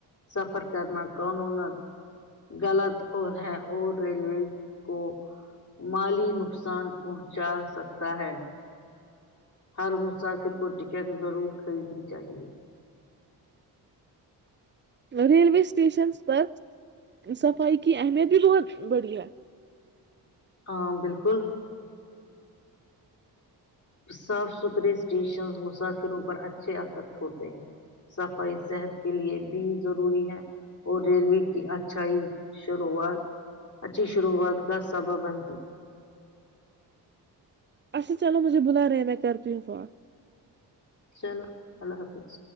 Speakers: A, on the left (about 40°); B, on the right (about 25°).
A: سفر کرنا قانون غلط اور ہے اور ریلوے کو مالی نقصان پہنچا سکتا ہے ہر موسا پھر کوٹ کیاک ضرور خریدنی چاہیے
B: ریلوے اسٹیشنس پر صفائی کی اہمیت بھی بہت بڑی ہے
A: ہاں بالکل صاف ستھرے اسٹیشن مسافروں پر اچھے اثر چھوتے ہیں صفائی صحت کے لیے بھی ضروری ہے اور ریلوے کی اچھائی شروعات اچھی شروعات کا سبا بن
B: اچھا چلو مجھے بلا رہے ہیں میں کرتیوں فون
A: چلو اللہ حافظ